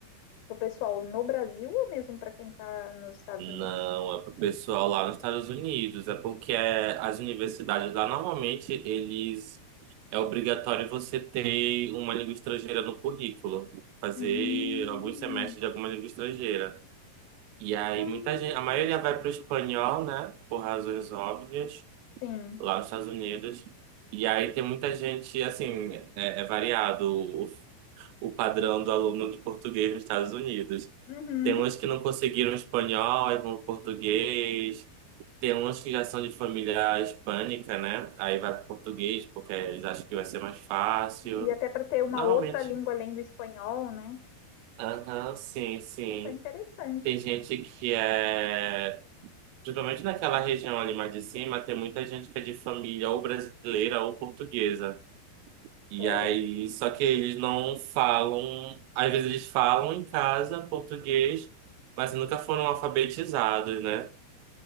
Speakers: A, on the left (about 70°); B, on the right (about 80°).
A: Pro pessoal no Brasil ou mesmo para quem está nos Estados
B: Não,
A: Unidos?
B: é pro pessoal lá nos Estados Unidos. É porque é, as universidades lá normalmente eles é obrigatório você ter uma língua estrangeira no currículo, fazer
A: Hum.
B: alguns semestres de alguma língua estrangeira. E aí
A: hum,
B: muita gente, a maioria vai pro espanhol, né? Por razões óbvias
A: Sim.
B: lá nos Estados Unidos. E aí tem muita gente, assim, é, é variado o, o padrão do aluno de português nos Estados Unidos.
A: Uhum.
B: Tem uns que não conseguiram espanhol, aí vão pro português. Tem uns que já são de família hispânica, né? Aí vai pro português, porque eles acham que vai ser mais fácil.
A: E até para ter uma
B: Normalmente.
A: outra língua além do espanhol, né?
B: Aham, sim, sim.
A: tá interessante.
B: Tem gente que é. Principalmente naquela região ali mais de cima, tem muita gente que é de família ou brasileira ou portuguesa. E
A: É,
B: aí, só que eles não falam, às vezes eles falam em casa português, mas nunca foram alfabetizados, né?